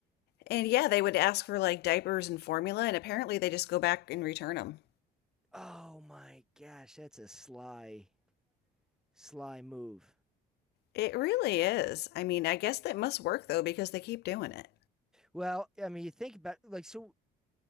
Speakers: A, on the left; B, in the centre.
A: And yeah, they would ask for like diapers and formula, and apparently they just go back and return them.
B: Oh my gosh, that's a sly sly move.
A: It really is. I mean, I guess that must work though because they keep doing it.
B: Well, I mean, you think about like so